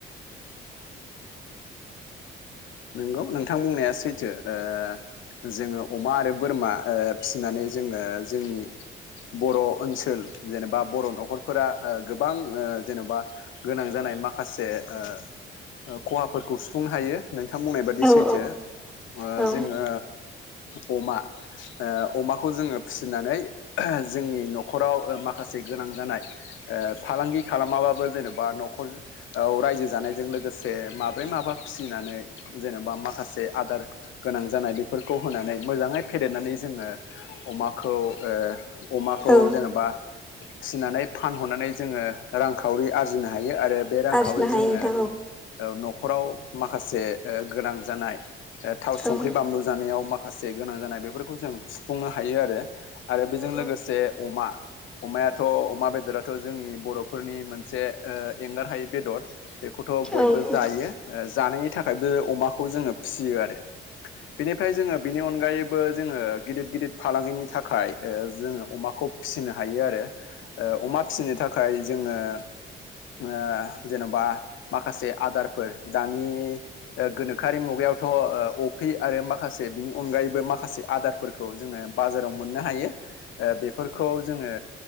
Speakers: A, on the left; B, in the centre.
A: नंगौ नोंथां बुंनाया सैथो ओ जोङो अमा आरो बोरमा ओ फिसिनानै जोङो जोंनि बर' ओनसोल जेनेबा बर' न'खरफोरा ओ गोबां ओ जेन'बा गोनां जाना य माखासे ओ खहाफोरखौ सुफुंनो हायो नोंथां बुंना
B: औ
A: सैथो
B: औ
A: ओ
B: औ
A: जोङो अमा ओ अमाखौ जोङो फिसिनानै जोंनि न'खराव माखासे गोनां जानाय ओ फालांगि खालामाबाबो जेनेबा न'खर रायजो जानायजों लोगोसे माब्रै माबा फिसिनानै जेनेबा मा खासे आदार गोनां जानाय बेफोरखौ होनानै मोजाङै फेदेरनानै जोङो अमाखौ ओ अमाखौ
B: औ
A: जेनेबा फिनानै फानहरनानै जोङो रांखावरि आरजिनो हायो आरो बे रांखावरि
B: आरजिनो हायो
A: जोङो
B: नोंथां औ
A: न'खराव माखासे ओ गोनां जानाय थाव संख्रि
B: औ
A: बानलु जानायाव माखासे गोनां जानाय बेफोरखौ जों सुफुंनो हायो आरो आरो बेजों
B: औ
A: लोगोसे
B: औ
A: अमा अमायाथ' अमा बेदराथ' जोंनि बर'फोरनि मोनसे ओ एंगार हायि बेदर। बे खौथ' बयबो
B: बेनिफ्राय
A: जायो जानायनि थाखायबो अमाखौ जोङो फियो आरो बेनिफ्राय जोङो बिनि अनगायै बो जोङो गिदिर गिदिर फालांगिनि थाखाय जोङो अमाखौ फिसिनो हायो आरो। ओ अमा फिनो थाखाय जोङो ओ जेन'बा माखासे आदारफोर दानि गोनोख खाआरि मुगायावथ' अफ्रि आरो माखासे बिनि अनगायैबो माखासे आदारफोरखौ जोङो बाजाराव मोननो हायो, ओ बेफोरखौ जोङो